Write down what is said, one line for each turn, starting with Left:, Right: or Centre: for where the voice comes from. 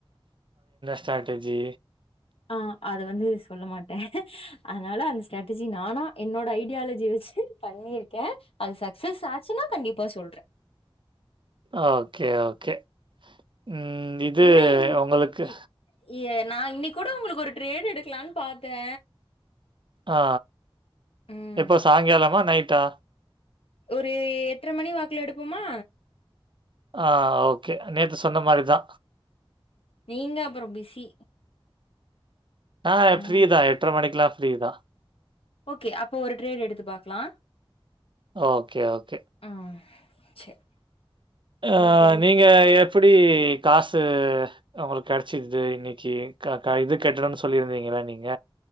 Right: ஸ்டேட்டர்ஜி
Left: ஆ அது வந்து சொல்ல மாட்டே அதுனால அந்த ஸ்டேட்டர்ஜி நானா என்னோ ட ஐடியாலஜி வெச்சு பண்ணீர்க்கே அது சக்சஸ் ஆச்சுன்னா கண்டிப்பா சொல்றே
Right: ஓகே ஓகே ம் இது
Left: என்ன இன்
Right: உங்களுக்கு
Left: இ ஏ நா இன்னிக் கூட உங்களுக்கு ஒரு ட்ரேட் எடுக்கலான் பாத்தே
Right: ஆ
Left: ம்
Right: எப்ப சாய்ங்காலமா நைட்டா
Left: ஒரு எட்டர மணி வாக்ல எடுப்போமா
Right: ஆ ஓகே நேத்து சொன்ன மாரி தா
Left: நீங்க அப்பறோ பிஸி
Right: நா ஃப்ரீ
Left: ம்
Right: தா எட்டர மணிக்கெல்லா ஃப்ரீ தா
Left: ஓகே அப்ப ஒரு ட்ரேட் எடுத்து பாக்கலா
Right: ஓகே ஓகே
Left: ம் சேர் அப்புறம்
Right: ஆ
Left: சொல்லு
Right: நீங்க எ ப்டி காசு உங்களுக்கு கெடச்சிது இன்னிக்கு க க இது கெட்டனுனு சொல்லீர்ந்தீங்க ல்ல நீங்க